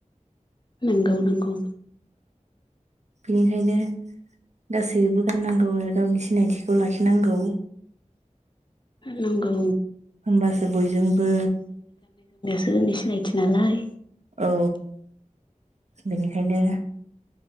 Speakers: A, on the left; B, on the right.
A: नंगौ नंगौ
B: बिनिखायनो गासैबो गाननांगौ आरो गावनि सिनायथिखौ लाखिनांगौ
A: नंगौ
B: होनबासो बयजोंबो
A: गोसोनि सिनायथि नालाय
B: औ बेनिखायनो